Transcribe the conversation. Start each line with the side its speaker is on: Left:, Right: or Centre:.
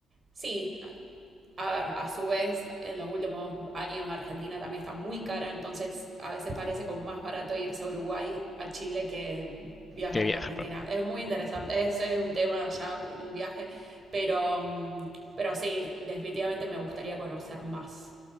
Right: sí, A ver, a su vez, en los últimos años Argentina también está muy cara, entonces a veces parece como más barato irse a Uruguay, a Chile, que viajar
Left: Que viajar,
Right: en Argentina.
Left: pero
Right: Es muy interesante, eso es un tema ya, el viaje, pero, mm, pero sí, definitivamente me gustaría conocer más,